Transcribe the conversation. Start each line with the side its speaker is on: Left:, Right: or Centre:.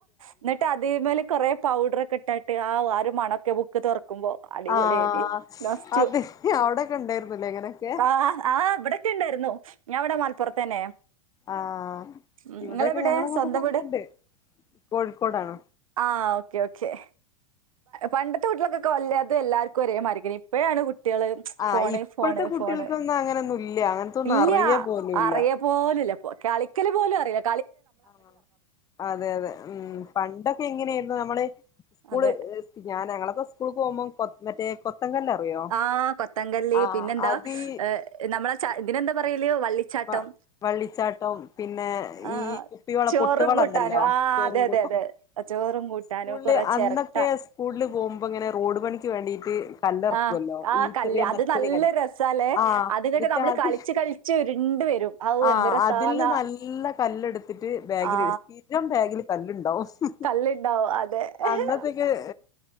Right: എന്നിട്ട് അതി മേല് കൊറെ പൗഡർ ഒക്കെ ഇട്ടട്ട് ആ ഒരു മണൊക്കെ ബുക്ക് തുറക്ക പോ അടിപൊളി
Left: ആഹ്
Right: നു നോസ്റ്റു
Left: അത് അവിടെക്കെ ഉണ്ടായിരുന്നില്ലേ ഇങ്ങനെയൊക്കെ
Right: ആഹ് ആഹ് ണ്ടായിരുന്നു ഞാൻ അവിടെ മലപ്പുറത്തന്നെ.
Left: ആഹ്
Right: നിങ്ങളെവിടെ
Left: ഇവിടെയൊക്കെ ഞങ്ങളങ്ങോട്ടൊക്കെ
Right: സ്വന്തം
Left: അങ്ങനെണ്ട്
Right: വീട്?
Left: കോഴിക്കോടാണോ
Right: ആ ഓക്കെ ഓക്കെ. പണ്ടത്തെ കുട്ടികൾകൊക്ക വല്ലാതെ എല്ലാവർക്കും ഒരേ മാറരിക്കണം ഇപ്പോഴാണ് കുട്ട കുട്ടിള്
Left: ആഹ്
Right: ഫോണ്
Left: ഇപ്പോഴത്തെ
Right: ഫോണ്
Left: കുട്ടികൾക്കൊന്നും
Right: ഫോണ്
Left: അങ്ങനൊന്നും ഇല്ല അങ്ങനത്തൊന്നും
Right: ഇല്ല
Left: അറിയ പോലുല്ല
Right: അറിയ പോലു ല്ലപൊ കളിക്കൽ പോലും അറയ
Left: ആഹ് അതെ അതെ ഉം പണ്ടൊക്കെ എങ്ങനെയായിരുന്നു നമ്മള് സ്കൂള്
Right: അതെ
Left: ഞാന ഞങ്ങളൊക്കെ സ്കൂള് കൊഉമ്പം കൊ മറ്റേ കൊ ത്തങ്കല്ല അറിയോ
Right: ആ കൊത്തങ്കല്ല്
Left: ആഹ്
Right: പിന്നെന്താ
Left: അതീ
Right: ഏഹ് നമ്മളെ ച ഇതിനെന്താ പറയല് വള്ളിച്ചാട്ടം
Left: വ വള്ളിച്ചാട്ടം പിന്നെ എഹ്
Right: ആ
Left: ഈ കുപ്പിവള
Right: ചോറും
Left: പൊട്ടുവള
Right: കൂട്ടാനും
Left: ണ്ടല്ലോ <unintelligible>
Right: ആ അതെ അതെ അതെ ചോറും കൂട്ടാനും
Left: സ്കൂളില്
Right: കൊറേ
Left: അ
Right: ചെരട്ട
Left: ന്നൊക്കെ സ്കൂളിൽ പോഉമ്പോ ഇങ്ങനെ റോഡ് പണിക്ക് വേണ്ടിയിട്ട് കല്ലറക്കുല്ലോ
Right: ആ ആ
Left: ഈ
Right: കല്ല്
Left: ചെറിയ
Right: അത്
Left: മെറ്റല്
Right: നല്ല
Left: കല്ല്
Right: രസാല്ലേ
Left: ആഹ്
Right: അത്ങ്ങട്ട്
Left: ന്നിട്ട്
Right: നമ്മള്
Left: അത്
Right: കളിച്ച് കളിച്ച് ഉരുണ്ട് വരും ഔ
Left: ആഹ്
Right: എന്ത് രസാന്നാ
Left: അതില് നല്ല കല്ലെടുത്തിട്ട് ബാഗിൽ
Right: ആ
Left: ഇട് സ്ഥിരം ബാഗിൽ കല്ലുണ്ടോ ഓസ്
Right: കല്ല്ണ്ടാവും അതെ
Left: അന്നത്തേക്കര്